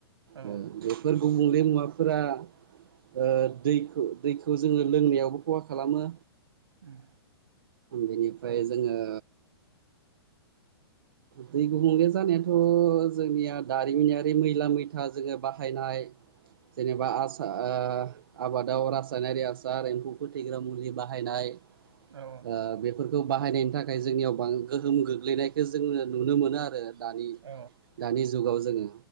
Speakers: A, on the right (about 80°); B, on the right (about 55°).
A: औ
B: ओ बेफोर गुबुंले मुवाफोरा ओ दैखौ-दैखौ जोङो लोंनायावबो खहा खालामो।
A: उम
B: बेनिफ्राय
A: औ नोंथां
B: जोङो दै गुबुंले जानायाथ' जोंनिया दारिमिनयारि मैला-मैथा जोङो बाहायनाय जेनेबा आसा आ आबादाव रासायनारि हासार एम्फौ फोथैग्रा मुलि बाहायनाय ओ
A: औ
B: बेफोरखौ बाहायनायनि थाखाय जोंनियाव बां गोहोम गोग्लैनायखौ जोङो नुनो मोनो आरो दानि-दानि
A: औ
B: जुगाव जोङो